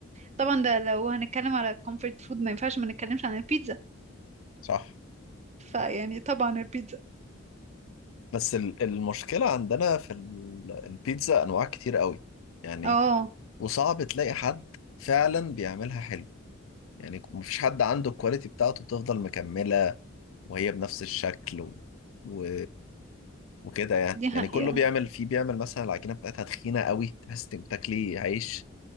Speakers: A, on the right; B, on the left.
A: طبعا ده لو هنتكلم على comfort food ما ينفعش ما نتكلمش عن البيتزا
B: صح
A: فيعني طبعا البيتزا
B: بس ال- المشكلة عندنا في ال- البيتزا أنواع كتير قوي يعني
A: اه
B: وصعب تلاقي حد فعلا بيعملها حلو يعني مفيش حد عنده الكواليتي بتاعته بتفضل مكملة وهي بنفس الشكل و... و... وكده يعني
A: دي حقيقة
B: يعني كله بيعمل فيه بيعمل مثلا العجينة بتاعتها تخينة قوي تحس انك بتاكلي عيش